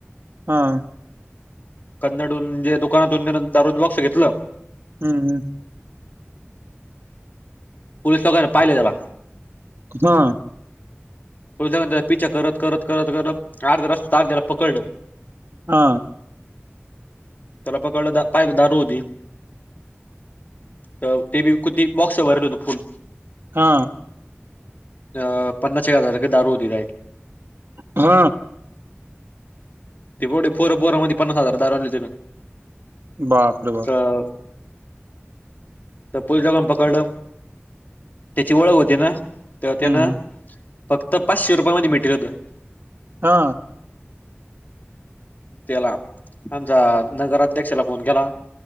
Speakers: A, on the right; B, on the left.
A: हा.
B: कन्नडून जे दुकानातून जे दारूचे बॉक्स घेतलं.
A: हम् हम
B: पोललीस दोघ पाहिले त्याला
A: हा
B: त्याचा पिछा करत करत करत करत अर्ध्या रस्त्यात त्याला पकडलं
A: हा
B: त्याला पकडलं पाहिलं दारू होती तर ते बी किती बॉक्स भरलं होत फुल
A: हा
B: अ पन्नास एक हजार ची दारू होती त्याच्याकडे
A: हा
B: ते प पोर पोरा मध्ये पन्नास ची दारू आणली त्यानं
A: बापरे बाप
B: तर तर पोलिसांनी पकडलं त्याची ओळख होती ना तर त्यांन
A: हम्म
B: फक्त पाचशे रुपयामध्ये मिटवलं होतं
A: हा
B: त्याला आमचा नगराध्यक्षाला फोन केला